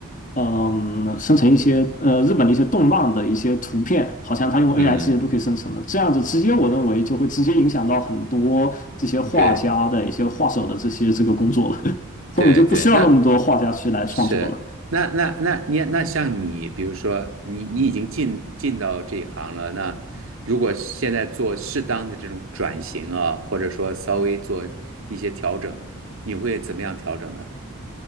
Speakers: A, on the left; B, on the right.
A: 嗯，生成一些呃日本的一些动漫的一些图片，好像它用
B: 嗯，
A: AI 直接都可以生成的。这样子直接我认为就会直接影响到很多这些画家的一些画手的这些这个工作了，
B: 对
A: <laughs> 后面就不需要那么多画家去来创作了。
B: 对对，那。是，那那那你那像你，比如说你你已经进进到这一行了，那如果现在做适当的这种转型啊，或者说稍微做一些调整，你会怎么样调整呢？